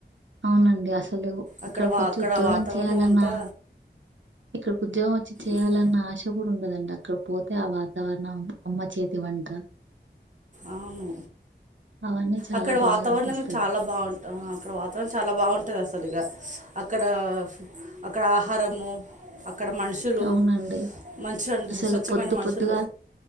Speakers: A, on the right; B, on the right.
A: అవునండి అసలు
B: అక్కడ
A: ఇక్కడికొచ్చి
B: వా అక్కడ
A: ఉద్యోగం
B: వాతావరణం
A: చేయాలన్నా
B: అంతా
A: ఇక్కడికి ఉద్యోగం వచ్చి చేయాలన్న
B: ఉమ్
A: ఆశ <unintelligible> ఉండదండి అక్కడ పోతే ఆ వాతావరణం అమ్మ అమ్మ చేతి వంట
B: అవును
A: అవన్నీ చాలా
B: అక్కడ
A: బాగా
B: వాతావరణము
A: అనిపిస్తది.
B: చాలా బాగుంట ఆ అక్కడ వాతావరణం చాలా బాగుంటది అసలు ఇగ అక్కడ అక్కడ ఆహారము అక్ అక్కడ మనుషులు
A: అవునండి.
B: మంచిగనిపిస్తారు,
A: అసలు
B: స్వచ్ఛమైన
A: పొద్దు
B: మనుషులు,
A: పొద్దుగాల